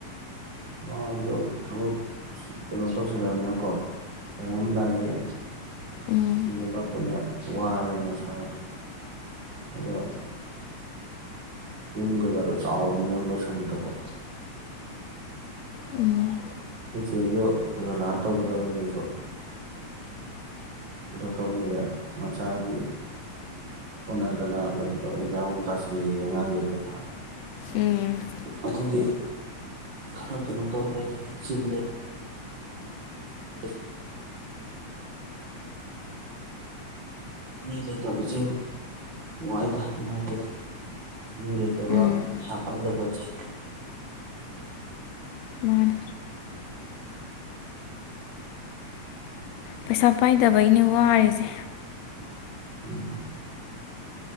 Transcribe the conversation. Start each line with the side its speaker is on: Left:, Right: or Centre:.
Right: ꯃꯣꯏꯗꯣ ꯊꯕꯛ ꯀꯩꯅꯣ ꯇꯧꯁꯜꯂꯛꯑꯕꯅꯤꯅꯀꯣ ꯍꯣꯡꯉꯝꯗꯥꯏꯒꯤ
Left: ꯎꯝ
Right: ꯁꯤꯡꯒꯜꯂꯛꯄꯅꯦ ꯋꯥꯔꯦ ꯃꯁꯥꯅꯗꯣ ꯑꯗꯣ ꯌꯨꯝ ꯀꯩꯀꯥꯗꯣ ꯆꯥꯎꯕꯅꯤꯅ ꯂꯣꯁꯟꯕꯗꯀꯣ
Left: ꯎꯝ
Right: ꯏꯆꯦꯁꯨ ꯈꯔꯥꯒꯂꯥꯑ ꯇꯧꯒꯗꯕꯗꯨꯁꯨ ꯀꯩꯅꯣ ꯇꯧ ꯂꯩꯔꯦ ꯃꯆꯥꯒꯤ ꯑꯣꯅꯗꯅ ꯀꯩꯅꯣ ꯇꯧ ꯑꯦꯛꯖꯥꯝꯃꯨꯛ ꯇꯥꯥꯁꯜꯂꯛꯑꯦꯌꯦ ꯑꯉꯥꯡꯈꯩ ꯄꯩꯈꯥ
Left: ꯎꯝ
Right: ꯑꯗꯨꯒꯤ ꯈꯔꯥ ꯀꯩꯅꯣ ꯇꯧ ꯂꯩꯔꯦ ꯆꯤꯜꯂꯦ ꯑꯦ ꯃꯤ ꯂꯩꯇꯕꯁꯦ ꯋꯥꯏꯗ ꯅꯨꯡꯉꯥꯏꯇꯦꯗ ꯃꯤ ꯂꯩꯇꯕ
Left: ꯎꯝ
Right: ꯄꯩꯁꯥ ꯄꯥꯏꯗꯕꯁꯦ
Left: ꯃꯥꯅꯦ ꯄꯩꯁꯥ ꯄꯥꯏꯗꯕꯩꯅꯦ ꯋꯥꯔꯤꯁꯦ
Right: ꯎꯝ